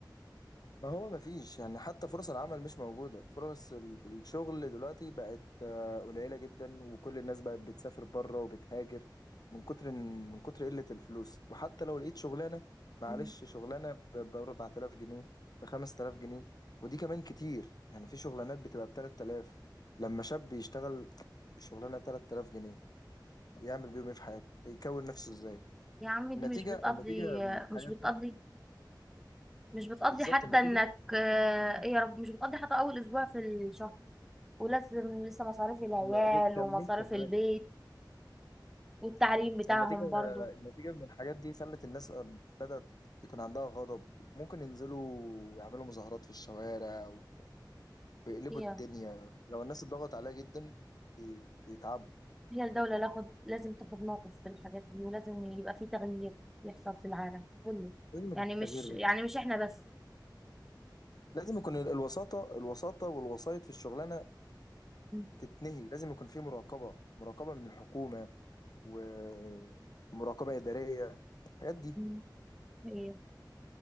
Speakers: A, on the left (about 55°); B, in the centre.
A: ما هو ما فيش يعني حتى فرص العمل مش موجودة فرص ال- الشغل دلوقتي بقت آه، قليلة جدا وكل الناس بقت بتسافر بره وبتهاجر من كتر إن- من كتر قلة الفلوس وحتى لو لقيت شغلانة معلش
B: مم.
A: شغلانة ب ب 4000 جنيه ب 5000 جنيه ودي كمان كتير يعني في شغلانات بتبقى ب 3000 لما شاب يشتغل شغلانه 3000 جنيه يعمل بيهم ايه في حياته يكون نفسه ازاي
B: يا عم دي
A: النتيجه
B: مش بتقضي
A: النتيجه من الحاجات
B: مش بتقضي
A: دي
B: مش بتقضي
A: بالظبط
B: حتى
A: النتيجه
B: انك آه، ايه يا رب مش بتقضي حتى اول اسبوع في الشهر ولازم لسه مصاريف العيال
A: ما بتكملش
B: ومصاريف
A: حاجه
B: البيت والتعليم بتاعهم
A: النتيجه
B: برضو
A: النتيجه من الحاجات دي خلت الناس بدأت يكون عندها غضب ممكن ينزلوا يعملوا مظاهرات في الشوارع و- ويقلبوا
B: هي
A: الدنيا لو الناس اتضغط عليها جدا بي- بيتعبوا
B: هي الدولة لاخد لازم تاخد موقف في الحاجات دي ولازم يبقى في تغيير يحصل في العالم كله
A: لازم
B: يعني
A: يكون في
B: مش
A: تغيير بالظبط
B: يعني مش احنا بس
A: لازم يكون ال- الوساطه الوساطه والوسايط في الشغلانه
B: م-
A: تتنهي لازم يكون في مراقبه مراقبه من الحكومه ومراقبة إدارية الحاجات دي
B: م- هي